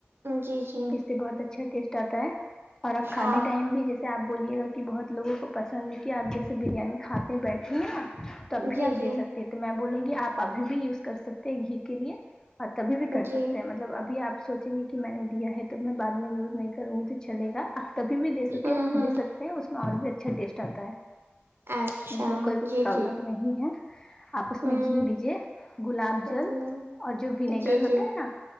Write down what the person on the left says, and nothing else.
اس سے بہت اچھا ٹیسٹ آتا ہے اور آپ کھانے
ٹائم بھی جیسے سے آپ بولیے گا کہ بہت لوگوں کو پسند ہے کہ آپ جیسے بریانی کھاتے بیٹھے ہیں نا تب بھی
آپ
دے سکتے ہیں تو میں بولوں گی آپ ابھی بھی یوز کر سکتے ہیں گھی کے لیے تبھی بھی کر
سکتے ہیں مطلب ابھی آپ سوچیں گے کہ میں نے دیا ہے تو میں بعد میں یوز نہیں کروں گی تو چلے گا آپ تبھی بھی دے سکیں
دے سک اس میں اور بھی اچھا ٹیسٹ آتا ہے
اس میں کوئی
پرابلم
نہیں ہے آپ اس
میں گھی دیجیے گلاب جل
اور جو ونیگر
ہوتا ہے نا